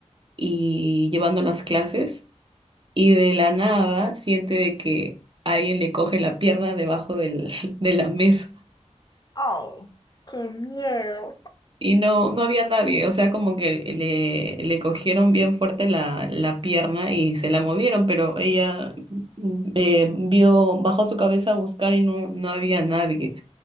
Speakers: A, on the right; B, on the left.
A: y llevando las clases y de la nada siente de que alguien le coge la pierna debajo del, <laughs> de la mesa.
B: Oh, qué miedo.
A: Y no, no había nadie, o sea, como que le, le cogieron bien fuerte la, la pierna y se la movieron, pero ella mm, eh, vio, bajó su cabeza a buscar y no, no había nadie.